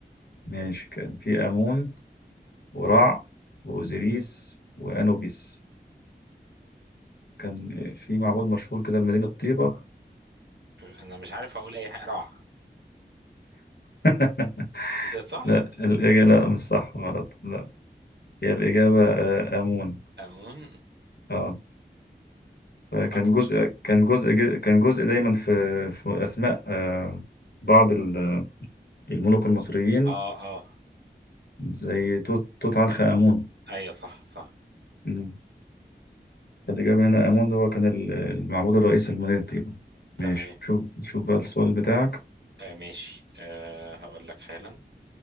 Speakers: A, on the left; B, on the right.
A: ماشي كان في آمون ورع
B: تمام.
A: وأوزيريس وأنوبيس كان في معبود مشهور كده لمدينة طيبة
B: انا مش عارف اقول اي حاجة روعة
A: <laughs>
B: إيه ده صح؟
A: لا الإجابة لا مش صح غلط لا هي الإجابة آه، آمون
B: أمون
A: اه فكان
B: ماركت
A: جزء
B: شهر
A: كان جزء ج- كان جزء دايما في في أسماء آه، بعض ال- الملوك المصريين
B: اه اه
A: زي توت توت عنخ آمون
B: ايوه صح صح
A: مم. فالإجابة هنا آمون ده هو كان ال- المعبود الرئيسي لمدينة طيبة
B: تمام
A: ماشي شوف شوف بقى السؤال بتاعك
B: آه ماشي آه هقول لك حالا